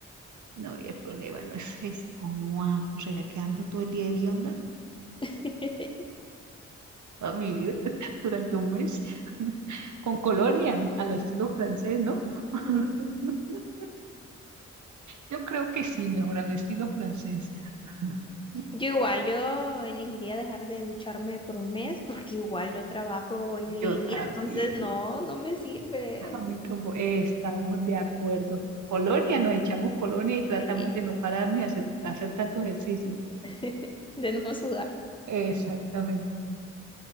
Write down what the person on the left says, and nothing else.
<laughs>
Mm.
Yo igual, yo elegiría dejar de ducharme por un mes porque igual yo trabajo en
línea,
entonces no, no me sirve
Sí.
<laughs> de no sudar.